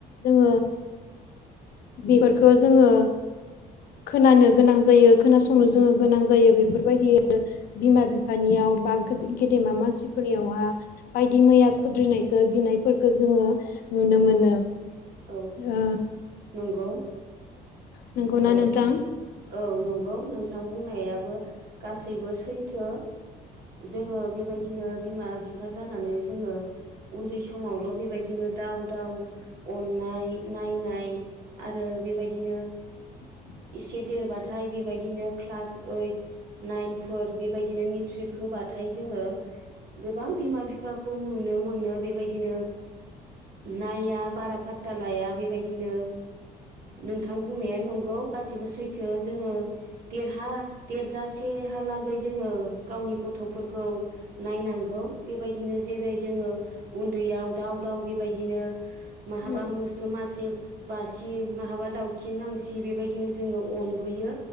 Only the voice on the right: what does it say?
औ
नंगौ।
औ
औ नंगौ नोंथां बुंनायाबो गासैबो सैथो। जोङो बेबायदिनो बिमा बिफा जानानै जोङो उन्दै समावल' बेबायदिनो दाउ दाउ अननाय नायनाय आरो बेबायदिनो
एसे देरबाथाय बेबायदिनो क्लास ओइड नाइनफोर बेबायदिनो मेट्रिक होबाथाय जोङो गोबां बिमा बिफाखौ नुन नो मोनो बेबायदिनो नाया बारा फातता लाया बेबायदिनो नोंथां बुंनाया नंगौ गासिबो सैथो। जोङो देरहा देरजासेहालागै जोङो ओ गावनि गथ'फोरखौ नायनांगौ बेबायदिनो जेरै जोङो उन्दैयाव दउ दाउ बेबायदिनो माहाबा
मोस्रोम मासे बासि माहाबा दाउ खि नांसि बेबायदिनो जोङो अनबोयो